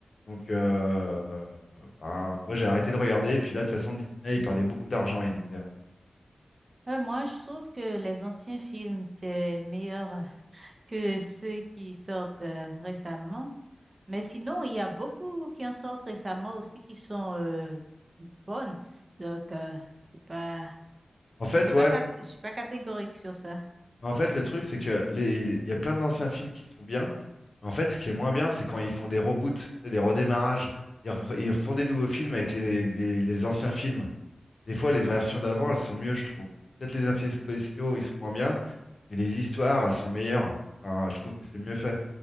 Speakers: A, on the left (about 65°); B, on the right (about 40°).
A: Donc euh, euh, ben, moi j'ai arrêté de regarder. Et puis là, de toute façon, Disney, ils perdaient beaucoup d'argent, ils disaient.
B: Ouais, moi, je trouve que les anciens films, c'est meilleur euh, que ceux qui sortent euh, récemment. Mais sinon, il y a beaucoup qui en sortent récemment aussi qui sont euh, bonnes. Donc, euh, c'est pas,
A: En fait,
B: c'est pas,
A: ouais.
B: cat- je suis pas catégorique sur ça.
A: En fait, le truc, c'est que les- il y a plein d'anciens films qui sont bien. mais En fait, ce qui est moins bien, c'est quand ils font des reboots, tu sais, des redémarrages. Ils, ref- ils refont des nouveaux films avec les, les- les anciens films. Des fois, les versions d'avant, elles sont mieux, je trouve. Peut-être les effets spéciaux, ils sont moins bien, mais les histoires, elles sont meilleures. Enfin, je trouve que c'est mieux fait.